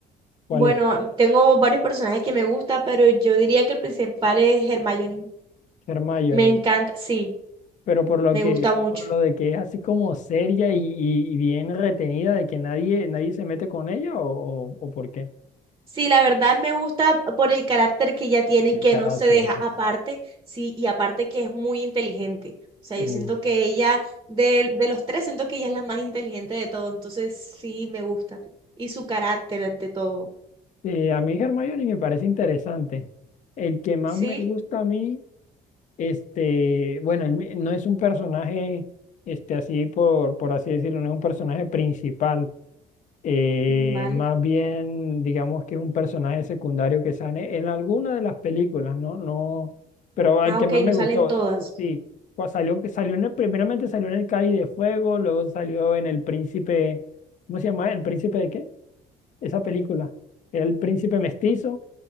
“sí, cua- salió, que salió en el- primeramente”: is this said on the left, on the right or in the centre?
Left